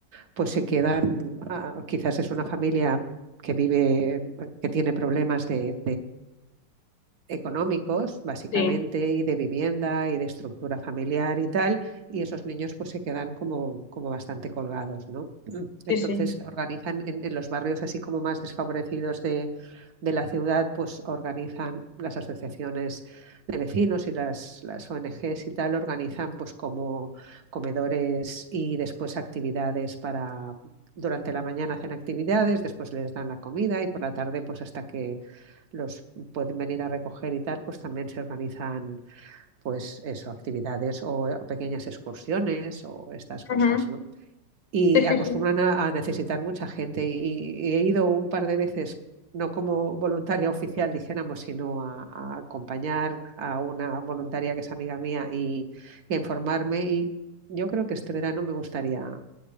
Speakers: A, on the right (about 60°); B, on the left (about 65°).
A: pues se quedan, ah, quizás es una familia que vive, que tiene problemas de, económicos, básicamente,
B: Sí,
A: y de vivienda y de estructura familiar y tal, y esos niños pues se quedan como, como bastante colgados, ¿no? Mm,
B: sí,
A: Entonces
B: sí.
A: organizan en, en los barrios así como más desfavorecidos de, de la ciudad, pues organizan las asociaciones de vecinos y las, las ONGs y tal, organizan pues como comedores y después actividades para... Durante la mañana hacen actividades, después les dan la comida y por la tarde pues hasta que los pueden venir a recoger y tal, pues también se organizan, pues eso, actividades o eh, pequeñas excursiones o estas cosas,
B: Ujú.
A: ¿no? Y
B: Sí,
A: acostumbran
B: sí, sí.
A: a, a necesitar mucha gente y, y he ido un par de veces no como voluntaria oficial, dijéramos, sino a, a acompañar a una voluntaria que es amiga mía y, y a informarme. Y yo creo que este verano me gustaría